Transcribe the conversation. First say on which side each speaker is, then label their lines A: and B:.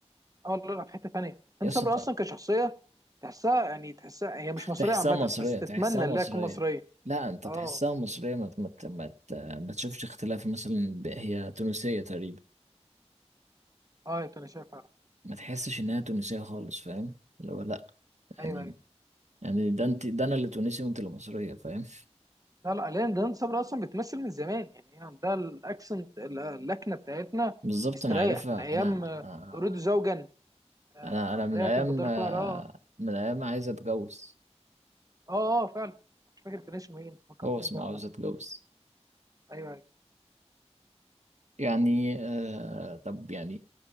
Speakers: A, on the right; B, on the right.
A: اه لا لا، في حته ثانيه هند
B: يا اسطى
A: صبري اصلا كشخصيه تحسها يعني تحسها هي مش مصريه
B: تحسها
A: عامه
B: مصريه
A: بس تتمنى
B: تحسها مصريه
A: ان هي تكون مصريه
B: لا انت
A: اه
B: تحسها مصريه ما ت- ما ت- ما ت- ما تشوفش اختلاف مثلا ب- هي تونسيه تقريبا
A: اه يا تونسيه فعلا
B: ما تحسش انها تونسية خالص فاهم اللي هو لا
A: ايوه
B: يعني
A: ايوه
B: يعني ده انت ده انا اللي تونسي وانت اللي مصرية فاهم
A: لا لا لان هند صبري اصلا بتمثل من زمان يعني هي عندها الاكسنت اللكنه بتاعتنا
B: بالظبط
A: استريح
B: انا عارفها
A: من ايام
B: انا
A: آه، اريد زوجا آه،
B: انا انا
A: اللي
B: من
A: هي
B: ايام
A: كان بدور فيها على- اه
B: من ايام ما عايز اتجوز
A: اه اه فعلا مش فاكر كان اسمه ايه انت فكرتني
B: هو اسمه
A: بقى
B: عاوز
A: عامة.
B: اتجوز
A: ايوه ايوه
B: يعني آه طب يعني